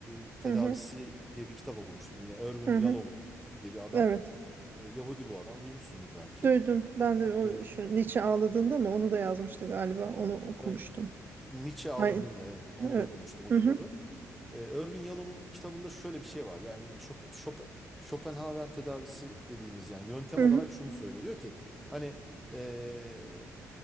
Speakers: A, in the centre; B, on the right.
A: e, tedavisi
B: Hı hı.
A: diye bir kitap okumuştum. Yine Erwin
B: Hı
A: Yalom
B: hı.
A: diye bir adam.
B: Evet.
A: E, Yahudi bu adam. Duymuşsundur belki.
B: Duydum. Ben de o
A: E,
B: şu Nietzsche ağladığında mı onu da yazmıştı galiba. Onu okumuştum.
A: ben- Nietzsche ağladığında
B: Ay,
A: evet onu
B: evet.
A: da okumuştum o
B: Hı
A: kitabı.
B: hı.
A: Ee, Irving Yalom'un kitabında şöyle bir şey var. Yani Schop- Schop- Schopenhauer tedavisi dediğimiz yani yöntem
B: Hı
A: olarak
B: hı.
A: şunu söylüyor. Diyor ki hani ee,